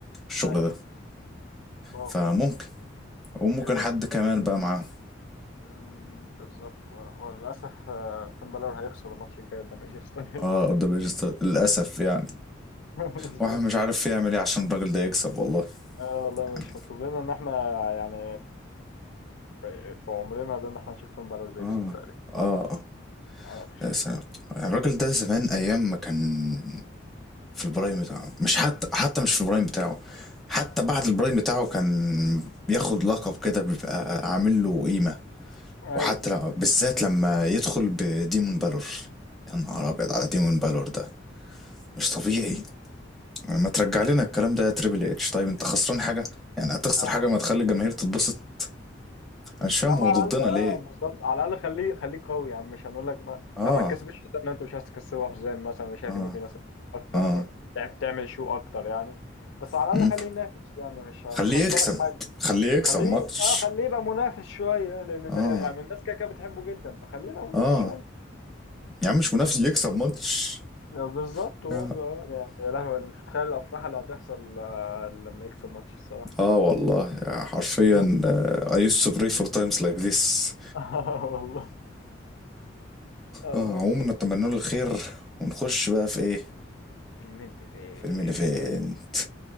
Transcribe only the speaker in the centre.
الشغل
ده
فممكن وممكن
حد كمان بقى معاه
اه ده بيرستا للاسف يعني
واحد مش عارف
يعمل ايه عشان الراجل ده يكسب والله
يعني
اه
اه اه
يا سلام الراجل ده زمان ايام ما كان في البرايم بتاعه مش حتى حتى مش في البرايم بتاعه حتى بعد البرايم بتاعه كان بياخد لقب كده بيبقى عامل له قيمة
وحتى لما بالذات لما يدخل بديمون بالور يا نهار ابيض على ديمون بالور ده مش طبيعي يعني ما ترجع لنا الكلام ده يا تريبل اتش طيب انت خسران حاجه يعني هتخسر
حاجه
ما تخلي الجماهير تتبسط انا مش فاهم
هو
ضدنا
ليه
اه
اه
اه
مم.
خليه يكسب
خليه يكسب
ماتش
اه
اه
يا عم مش منافس يكسب ماتش
يا-
اه والله يا حرفيا
آه، I used to pray for times like this
اه عموما نتمنى له الخير ونخش بقى في ايه
فيلم ايفنت